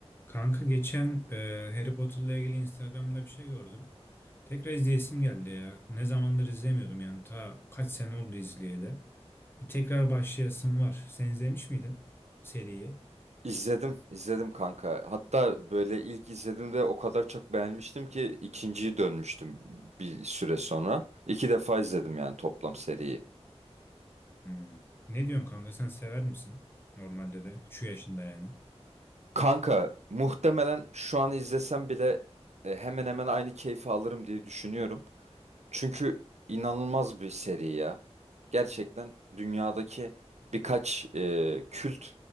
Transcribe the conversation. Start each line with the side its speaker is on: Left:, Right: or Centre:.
Left: Kanka geçen e, Harry Potter'la ilgili Instagram'da bir şey gördüm. Tekrar izleyesim geldi ya. Ne zamandır izlemiyordum yani. Ta kaç sene oldu izleyeli. Bir tekrar başlayasım var. Sen izlemiş miydin seriyi?
Right: İzledim, izledim kanka. Hatta böyle ilk izlediğimde o kadar çok beğenmiştim ki ikinciyi dönmüştüm bir süre sonra. İki defa izledim yani toplam seriyi.
Left: Hmm. Ne diyorsun kanka sen sever misin? Normalde de. Şu yaşında yani.
Right: Kanka muhtemelen şu an izlesem bile e, hemen hemen aynı keyfi alırım diye düşünüyorum. Çünkü inanılmaz bir seri ya. Gerçekten dünyadaki birkaç e, kült